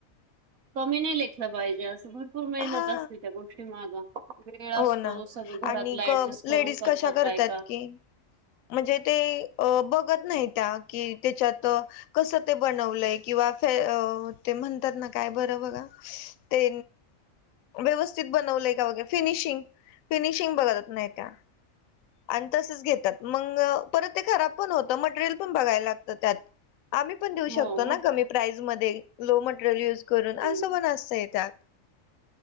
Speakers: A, on the right; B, on the left.
A: कमी नाही लेखलं पाहिजे असं भरपूर मेहनत
B: हा
A: असते त्या गोष्टी माग. वेळ असतो
B: हो ना
A: सगळं घरातला
B: आणि
A: ऍडजस्ट
B: ग
A: करून
B: लेडीज कशा करतात
A: बायका
B: की. म्हणजे ते अ बघत नाही त्या की त्याच्यात. कस ते बनवलंय किंवा ते म्हणतात ना काय बरं बघा. ते व्यवस्थित बनवलंय का वगै फिनिशिंग. फिनिशिंग बघत नाही त्या. आणि तसच घेतात मग परत ते खराब पण होतं मटेरियल पण बघायला लागतं त्यात. आम्ही पण देऊ
A: हो
B: शकतो ना
A: मग
B: कमी प्राईज मध्ये लो मटेरियल यूज करून
A: हम्म
B: असं पण असतंय त्यात.